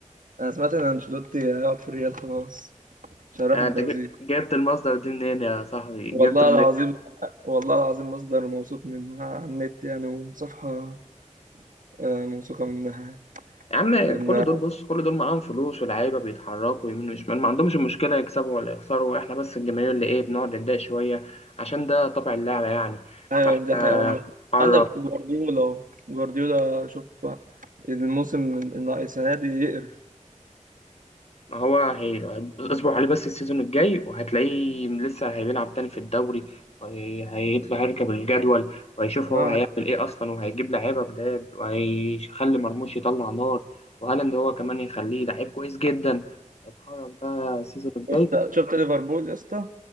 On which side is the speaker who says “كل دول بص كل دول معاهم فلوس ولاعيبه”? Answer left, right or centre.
Left